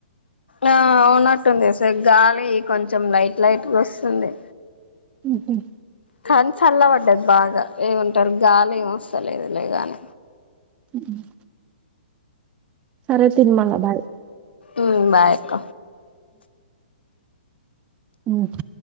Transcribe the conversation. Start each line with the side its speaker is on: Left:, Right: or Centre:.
Left: ఆ అవున్నట్టుంది సె గాలి కొంచెం లైట్ లైట్గా వస్తుంది
Right: హ్మ్మ్ హ్మ్మ్
Left: కన్ చల్ల పడ్డది బాగా ఏ సల్ గాలి ఏం వస్తా లేదు లే గానీ
Right: మ్మ్ మ్మ్ సరే తి మళ్ళ బాయ్
Left: మ్మ్ బాయక్క
Right: మ్మ్